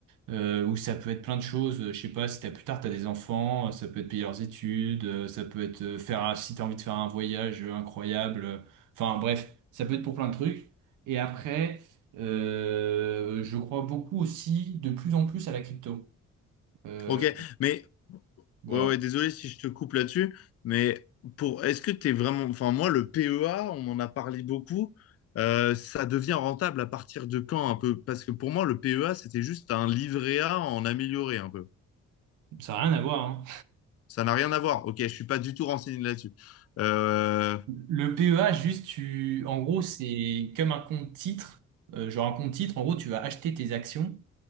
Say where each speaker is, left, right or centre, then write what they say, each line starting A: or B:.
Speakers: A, on the right (about 80°); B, on the left (about 50°).
A: Euh, ou ça peut être plein de choses, euh, je sais pas, si t'as plus tard, t'as des enfants, euh, ça peut être payer leurs études, euh, ça peut être euh, faire, un- si t'as envie de faire un voyage euh, incroyable, euh, enfin bref, ça peut être pour plein de trucs. Et après, euh, je crois beaucoup aussi de plus en plus à la crypto. Euh,
B: Ok, mais
A: voilà,
B: ouais, ouais, désolé si je te coupe là-dessus, mais pour est-ce que tu es vraiment. Enfin, moi, le PEA, on en a parlé beaucoup. euh, ça devient rentable à partir de quand un peu? Parce que pour moi, le PEA, c'était juste un livret A en amélioré un peu.
A: ça n'a rien à voir, hein.
B: Ça n'a rien à voir. Ok, je suis pas du tout renseigné là-dessus. Euh,
A: Le PEA, juste, tu, en gros, c'est comme un compte titre. Euh, genre un compte titre, en gros, tu vas acheter tes actions